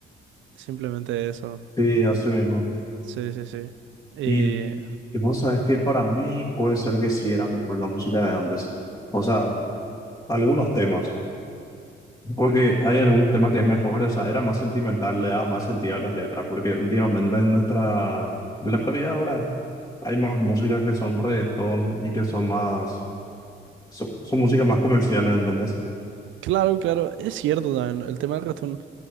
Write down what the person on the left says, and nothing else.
Sí, así mismo.
Y, y vos sabés que para mí puede ser que sí era mejor la música de antes. O sea, algunos temas. Porque hay algunos temas que es mejor, o sea, era más sentimental, le daba más sentido a las letras. Porque últimamente en nuestra, en la actualidad ahora, hay más música que son reggaetón y que son más, son, son músicas más comerciales, ¿entendés?